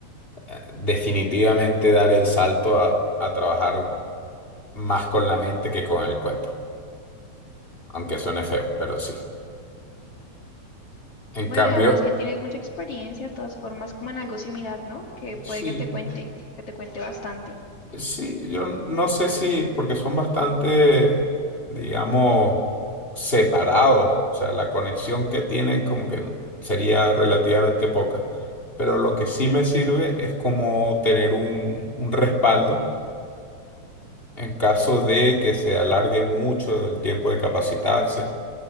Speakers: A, on the left; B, on the left.
A: eh, definitivamente dar el salto a, a trabajar más con la mente que con el cuerpo. Aunque suene feo, pero sí. En
B: Bueno,
A: cambio,
B: y además que tienes mucha experiencia, de todas formas, como en algo similar, ¿no? Que puede
A: Sí.
B: que te cuente, que te cuente bastante.
A: Sí, yo no sé si, porque son bastante, digamos, separados, o sea, la conexión que tienen como que sería relativamente poca, pero lo que sí me sirve es como tener un, un respaldo en caso de que se alargue mucho el tiempo de capacitarse